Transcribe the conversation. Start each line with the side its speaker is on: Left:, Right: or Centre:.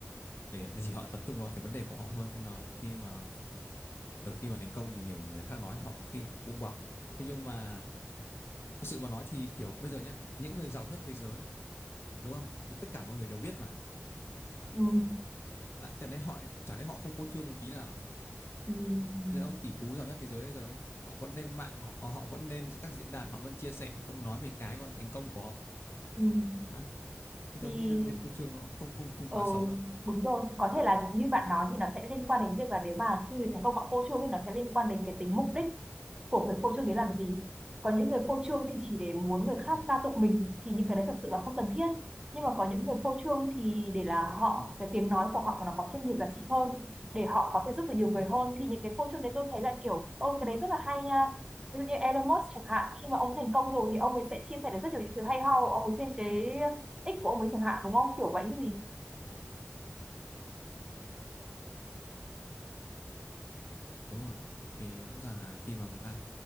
Left: để, để chỉ họ tập trung vào cái vấn đề của họ thôi nên là khi mà ở khi mà thành công thì nhiều người khác nói họ có khi cũng buông bỏ thế nhưng mà thật sự mà nói thì kiểu bây giờ nhá những người giàu nhất thế giới đúng không thì tất cả mọi người đều biết mà
Right: Ừm,
Left: Đấy, chẳng lẽ họ lại chẳng lẽ họ không phô trương một tí nào à?
Right: ừm,
Left: những ông tỷ phú giàu nhất thế giới bây giờ ấy họ vẫn lên mạng họ, ờ, họ vẫn lên các diễn đàn họ vẫn chia sẻ họ vẫn nói về cái gọi là thành công của họ
Right: ừm.
Left: Đấy. thì
Right: thì
Left: tôi nghĩ là cái việc phô trương nó không không không
Right: ừ,
Left: quá xấu đâu
Right: đúng rồi có thể là như bạn nói thì nó sẽ liên quan đến việc là nếu mà khi người thành công họ phô trương thì nó sẽ liên quan đến cái tính mục đích của việc phô trương đấy làm gì có những người phô trương thì chỉ để muốn người khác
Left: ừ.
Right: ca tụng mình thì những cái đấy thật sự là không cần thiết nhưng mà có những người phô trương thì để là họ
Left: Ừ.
Right: cái tiếng nói của họ mà nó có thêm nhiều giá trị hơn để họ có thể giúp được nhiều người hơn thì những cái phô trương đấy tôi thấy là kiểu ô cái đấy rất là hay nha ví dụ như Elon Musk chẳng hạn khi mà ông thành công rồi thì ông ấy sẽ chia sẻ được rất nhiều những thứ hay ho của ông ấy trên cái X của ông ấy chẳng hạn đúng không kiểu vậy chứ gì
Left: Ừ. đúng rồi thì ờ, rõ ràng là khi mà người ta